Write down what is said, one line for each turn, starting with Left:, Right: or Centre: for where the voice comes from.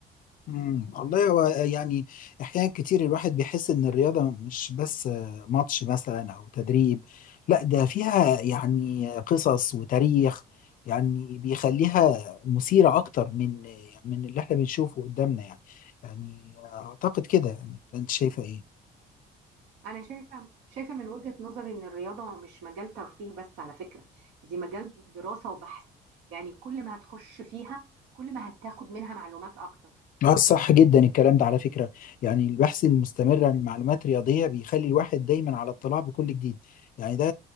Left: امم والله هو يعني احيانا كتير الواحد بيحس ان الرياضه مش بس ماتش مثلا او تدريب لا ده فيها يعني قصص وتاريخ يعني بيخليها مثيره اكتر من من اللي احنا بنشوفه قدامنا يعني يعني اعتقد كده يعني انت شايفه ايه
Right: أنا شايفة شايفة من وجهة نظري إن الرياضة مش مجال ترفيه بس على فكرة دي مجال دراسة وبحث يعني كل ما هتخش فيها كل ما هتاخد منها معلومات أكتر
Left: اه صح جدا الكلام ده على فكرة يعني البحث المستمر عن معلومات رياضية بيخلي الواحد دايما على اطلاع بكل جديد يعني ده